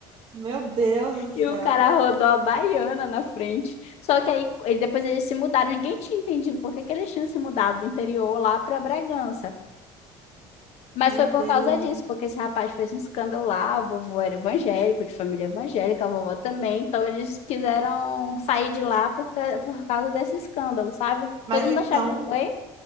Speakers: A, on the right; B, on the left.
A: Meu Deus
B: E
A: do céu.
B: o cara rodou a baiana na frente. Só que aí ele- depois eles se mudaram. Ninguém tinha entendido por que que eles tinham se mudado do interior lá para Bragança. Mas
A: Meu
B: foi
A: Deus.
B: por causa disso, porque esse rapaz fez um escândalo lá. A vovô era evangélico, de família evangélica, a vovó também. Então eles quiseram sair de lá por, ca- por causa desse escândalo, sabe?
A: Mas
B: Todo mundo
A: então,
B: achava. Oi?